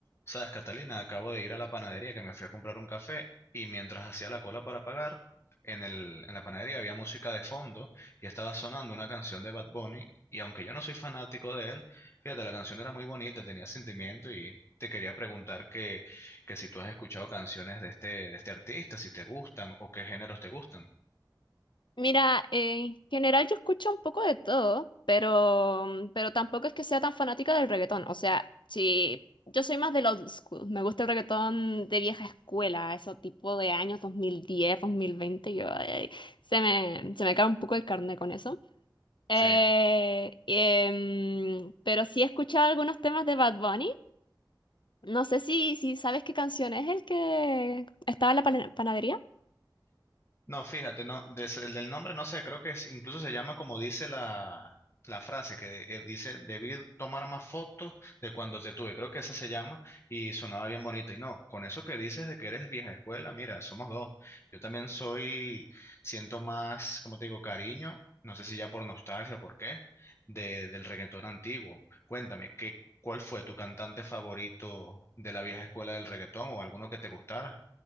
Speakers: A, on the left (about 35°); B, on the left (about 85°).
A: Sabes, Catalina, acabo de ir a la panadería que me fui a comprar un café y mientras hacía la cola para pagar, en el, en la panadería había música de fondo y estaba sonando una canción de Bad Bunny y aunque yo no soy fanático de él, fíjate, la canción era muy bonita, tenía sentimiento y te quería preguntar que, que si tú has escuchado canciones de este, de este artista, si te gustan o qué géneros te gustan.
B: Mira, en general yo escucho un poco de todo, pero, mm, pero tampoco es que sea tan fanática del reggaetón. O sea, si yo soy más del old school, me gusta el reggaetón de vieja escuela, eso tipo de años 2010, 2020, yo ay, se me, se me cae un poco el carne con eso. Eh,
A: Sí.
B: em, pero sí he escuchado algunos temas de Bad Bunny. No sé si, si sabes qué canción es el que estaba en la pana- panadería.
A: No, fíjate, no, des- el del nombre no sé, creo que es- incluso se llama como dice la, la frase que eh, dice, debí tomar más fotos de cuando te tuve, creo que esa se llama y sonaba bien bonito. Y no, con eso que dices de que eres vieja escuela, mira, somos dos. Yo también soy, siento más, como te digo, cariño, no sé si ya por nostalgia o por qué, de, del reggaetón antiguo. Cuéntame, ¿qué, cuál fue tu cantante favorito de la vieja escuela del reggaetón o alguno que te gustara?